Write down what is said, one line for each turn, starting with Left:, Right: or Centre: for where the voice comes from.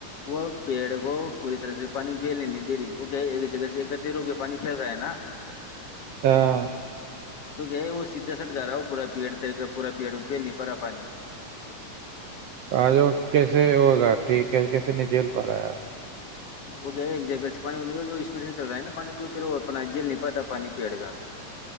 Left: وہ پیڑ کو پوری طرح سے پانی پھیلنے نہیں دری ہوک ایک جگہ سے ایک کر د ر ہو کے پانی پھیل رہا ہے نا
Right: ہاں
Left: تو کیا ہے وہ سیدھا سٹ جا رہا ہو پورا پیڑ تر کر پورا پیڑ میں پھیل نہیں پا پانی
Right: آج وہ کیسے ہوگا ٹھیک کیسے نہیں جیل پرا
Left: وہ گ کیا ہے ایک جگہ سے پانی اسپیڈ سے چل رہا ہے نا پانی تو پھر وہ اپنا جل نہیں پاتا پانی پیڑ کا